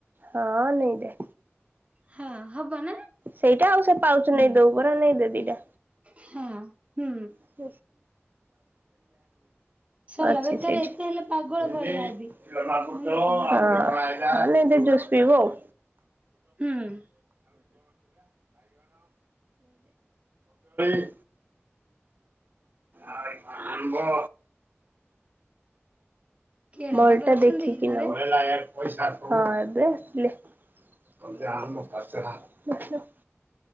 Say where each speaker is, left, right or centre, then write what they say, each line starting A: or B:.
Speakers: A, on the right; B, on the right.
A: ହଁ ନେଇଜା।
B: ହଁ ହବ ନା।
A: ସେଇଟା ଆଉ ସେ ପାଉଚ୍
B: ହୁଁ
A: ନେଇ ଦବୁ ପରା ନେଇ ଦେ ଦିଟା।
B: ହଁ ହୁଁ।
A: <unintelligible>
B: ସରିଲା
A: ଅଛି
B: ବେକାର
A: ସେଇଠି
B: ଏତେ ହେଲେ ପାଗଳ ଭଳିଆ ହେବି
A: ହଁ।
B: ମୁଣ୍ଡ
A: ଭଲ
B: କାମ କରିବନି
A: କି ଜୁସ ପିଇବୁ ଆଉ।
B: ହୁଁ
A: <inaudible> ଆଇ ଆମ୍ବ
B: କିଏଡା
A: ମଲ୍
B: ବାବା
A: ଟା
B: ଅଛନ୍ତି
A: ଦେଖିକି
B: କି ଘରେ?
A: ନବ ହଁ, ଏବେ ଆସିଲେ। କଞ୍ଚାଆମ୍ବ, ପାଚେଲାଆମ୍ବ।